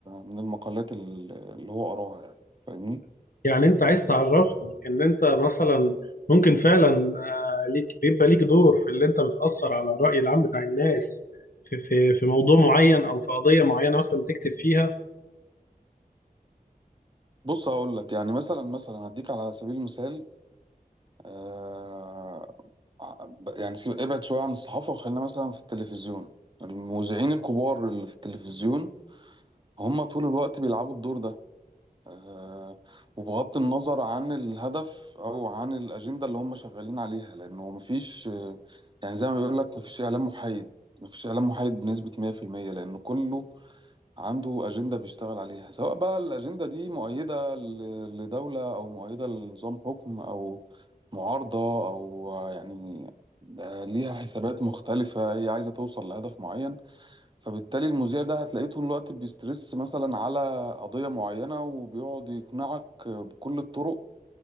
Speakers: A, on the right (about 30°); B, on the left (about 65°).
A: من المقالات ال- اللي هو قراها يعني فاهمني؟
B: يعني انت عايز تعرفني ان انت مثلا ممكن فعلا آه، ليك بيبقى ليك دور في اللي انت بتأثر على الرأي العام بتاع الناس في في في موضوع معين او في قضية معينة مثلا بتكتب فيها
A: بص هقول لك يعني مثلا مثلا هديك على سبيل المثال آه، ب- يعني سيب ابعد شوية عن الصحافة وخلينا مثلا في التلفزيون المذيعين الكبار اللي في التلفزيون هم طول الوقت بيلعبوا الدور ده آه، وبغض النظر عن الهدف أو عن الأجندة اللي هم شغالين عليها لأنه مفيش آه، يعني زي ما بيقول لك مفيش إعلام محايد مفيش إعلام محايد بنسبة 100% لأنه كله عنده أجندة بيشتغل عليها سواء بقى الأجندة دي مؤيدة ل- لدولة أو مؤيدة لنظام حكم أو معارضة أو آه، يعني آه، ليها حسابات مختلفة هي عايزة توصل لهدف معين فبالتالي المذيع ده هتلاقيه طول الوقت بيسترس مثلا على قضية معينة وبيقعد يقنعك بكل الطرق